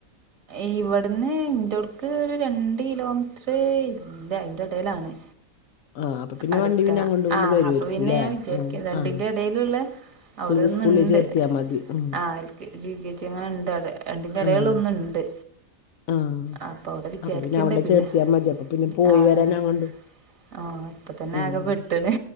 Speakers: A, on the right; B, on the left.
A: ഇവിടുന്ന് ഇൻ്റടക്ക് ഒരു രണ്ട് കിലോമീറ്റർ ഇല്ല അതിന്റെ ഇടയിലാണ്
B: ആഹ് അപ്പൊ പിന്നെ
A: അടുത്ത
B: വണ്ടി പിന്നെ അങ്ങോട്ടും ഇങ്ങോട്ടും
A: ആഹ്
B: വരുവായിരിക്കൂല്ലേ
A: അപ്പൊ പിന്നെ ഞാൻ വിജരിക്കിണ്ട്
B: ആഹ്
A: രണ്ടിന്റെ
B: ആഹ്
A: ഇടയിലുള്ള അവിടെന്നുണ്ട്
B: ഉള്ളത് സ്കൂളിൽ ചേർത്തിയാ മതി ഉം
A: ആഹ് L K G, U K G അങ്ങനെ ഇണ്ട് അവിടെ രണ്ടിന്റെ ഏടേല്ളൊന്നുമുണ്ട്
B: ആഹ് ആഹ്
A: അപ്പൊ അവിടെ വിചാരിക്കണ്ടേ
B: അപ്പൊ അവിടെ
A: പിന്നെ
B: ചേർത്തിയാ മതി അപ്പൊ പിന്നെ പോയി
A: ആഹ് അങ്ങനെ
B: വരാൻ അങ്ങോട്ടും
A: ആഹ് ഇപ്പ തന്നെ
B: ഉം
A: ആകെ പെട്ടണ്